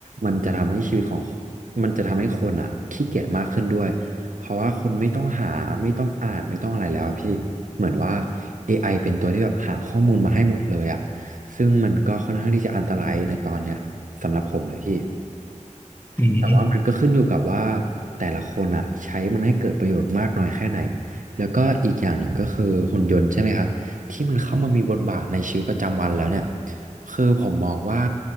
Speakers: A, on the right; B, on the left.
A: มันจะทำให้ชีวิตของมันจะทำให้คนอ่ะขี้เกียจมากขึ้นด้วยเพราะว่าคนไม่ต้องหาไม่ต้องอ่านไม่ต้องอะไรแล้วอะพี่เหมือนว่าเอไอเป็นตัวที่แบบหาข้อมูลมาให้หมดเลยอ่ะซึ่งมันก็ค่อนข้างที่จะอันตรายในตอนเนี้ยสำหรับผมเลยพี่
B: อืม
A: แต่ว่ามันก็ขึ้นอยู่กับว่าแต่ละคนอ่ะใช้มันให้เกิดประโยชน์มากน้อยแค่ไหนแล้วก็อีกอย่างหนึ่งก็คือหุ่นยนต์ใช่ไหมครับที่มันเข้ามามีบทบาทในชีวิตประจำวันแล้วเนี่ยคือผมมองว่า